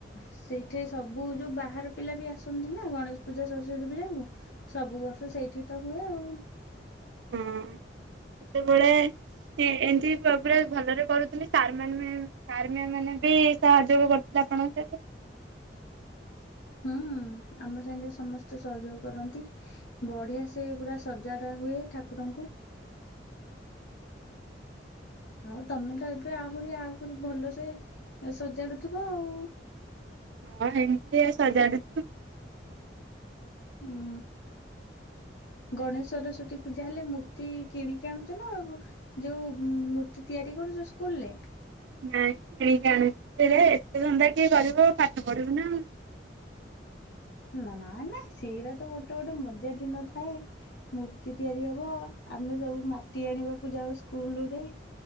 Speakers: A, on the left (about 65°); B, on the right (about 75°).
A: ସେଇଠି ସବୁ ଯୋଉ ବାହାର ପିଲା ବି ଆସନ୍ତି ନା ଗଣେଶ ପୂଜା ସରସ୍ଵତୀ ପୂଜା କୁ ସବୁ ବର୍ଷ ସେଇଠି ତ ହୁଏ ଆଉ।
B: ହଁ ସେତେବେଳେ ଏମିତି ସ ଭଲରେ କରୁଥିଲି ସାର୍ ସାନେ ମ୍ୟାମ୍ ମାନେ ବି ସହଯୋଗ କରୁଥିଲେ ଆପଣଙ୍କ ସହିତ।
A: ହୁଁ ଆମ ସାଙ୍ଗେ ସମସ୍ତେ ସହଯୋଗ କରନ୍ତି ବଢିଆ ସେ ପୁରା ସଜାଡା ହୁଏ ଠାକୁରଙ୍କୁ। ଆଉ ତମେ ତ ଏବେ ଆହୁରି ଆହୁରି ଭଲସେ ସଜାଡୁଥିବ ଆଉ।
B: ହଁ ଏମିତି ସଜାଡୁଚୁ।
A: ହଁ ଗଣେଶ ସରସ୍ଵତୀ ପୂଜା ହେଲେ ମୂର୍ତ୍ତି କିଣିକି ଆଣୁଛ ନା ଯୋଉ ମୂର୍ତ୍ତି ତିଆରି କରୁଛ ସ୍କୁଲ୍ ରେ।
B: ନାଇଁ କିଣିକି ଆଣିଛ ଏତେ ଧନ୍ନ୍ଦା କିଏ କରିବ ପାଠ ପଢିବୁ ନା।
A: ନା ନା ସେଇଟା ତ ଗୋଟେ ଗୋଟେ ମଜା ଦିନ ଥାଏ ମୂର୍ତ୍ତି ତିଆରି ହବ ଆମେ ସବୁ ମାଟି ଆଣିବାକୁ ଯାଉ ସ୍କୁଲରେ